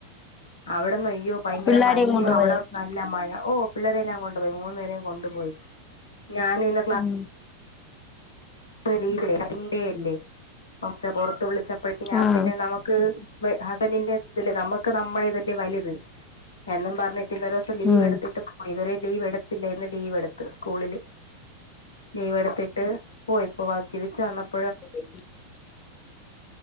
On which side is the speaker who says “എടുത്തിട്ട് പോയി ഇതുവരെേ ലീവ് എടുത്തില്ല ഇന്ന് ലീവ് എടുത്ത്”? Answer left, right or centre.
Left